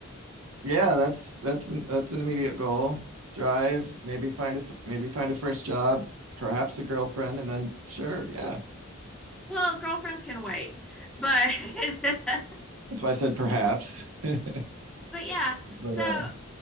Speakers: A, on the right; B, in the centre.
A: Yeah, that's that's an that's an immediate goal. Drive, maybe find a maybe find a first job, perhaps a girlfriend, and then sure, yeah.
B: Well, girlfriends can wait, but <laughs> but
A: That's why I said perhaps. <laughs>
B: yeah.
A: But
B: So
A: uh,